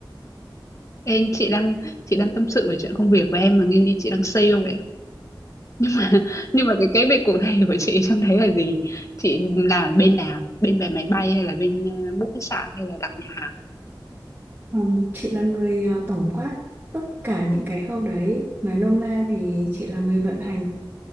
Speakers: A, on the left; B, on the right.
A: em chị đang chị đang tâm sự về chuyện công việc của em mà nghe như chị đang sale vậy <laughs> nhưng mà cái cái việc cụ thể của chị trong đấy là gì chị là bên nào bên vé máy bay hay là bên uh, book khách sạn hay là đặt nhà hàng
B: Ừ, chị là người à, tổng quát tất cả những cái khâu đấy nói nôm na thì chị là người vận hành